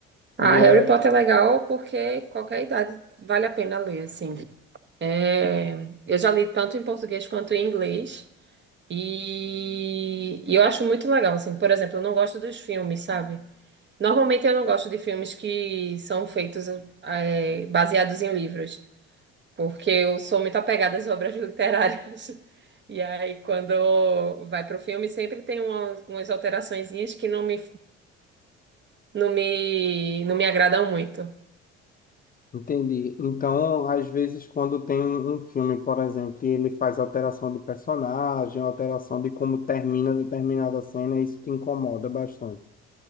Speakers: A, on the right (about 35°); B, on the left (about 25°).
A: Ah,
B: E
A: Harry
B: é,
A: Potter é legal porque qualquer idade vale a pena ler, assim. É, eu já li tanto em português quanto em inglês e, e eu acho muito legal, assim, por exemplo, eu não gosto dos filmes, sabe? Normalmente eu não gosto de filmes que são feitos é, baseados em livros, porque eu sou muito apegada às obras literárias. <laughs> E aí, quando vai pro filme, sempre tem uma- umas alteraçõezinhas que não me, não me, não me agradam muito.
B: entendi. Então, às vezes, quando tem um um filme, por exemplo, e ele faz alteração de personagem, alteração de como termina determinada cena, isso te incomoda bastante.